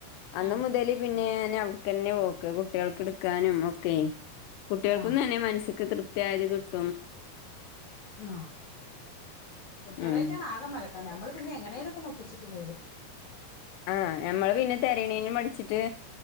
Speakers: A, on the left; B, on the left.
A: അന്ന്
B: ആഹ്
A: മുതലെ പിന്നെ ഞാനവിടെക്കന്നെ പോക്ക് കുട്ടികൾക്ക് എടുക്കാനും ഒക്കേ കുട്ടികൾക്കും
B: ആഹ്
A: തന്നെ മനസ്സിക്ക് തൃപ്തിയായത് കിട്ട്
B: ആഹ് കുട്ടികളായിട്ടാണോ
A: ഉം
B: ആകെ മലക്ക നമ്മള് പിന്നെങ്ങനേലൊക്കൊന്നൊപ്പിച്ചിട്ട് പോരും
A: ആഹ് ഞമ്മള് പിന്നെ തെരയ്ണേന് മടിച്ചിട്ട്